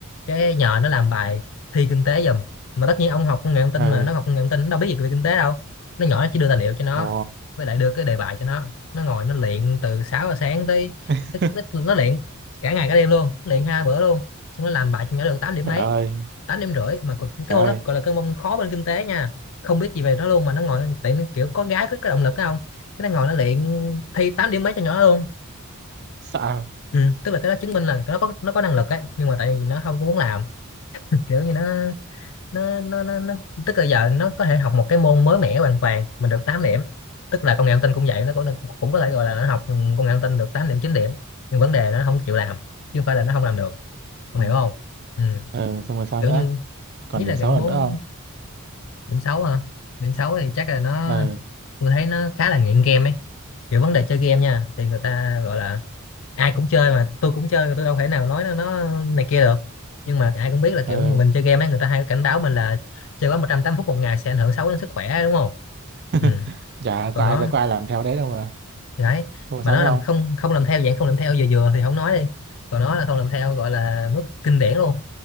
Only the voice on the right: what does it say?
ờ
ồ
<laughs>
trời
ơi
trời
ơi
sao
ừ.
ờ xong rồi sao
nữa
còn
điểm
xấu là
nữa không
ờ
ờ
<laughs>
chả
có ai
có ai làm theo đấy đâu mà
xong rồi
sao
nữa
không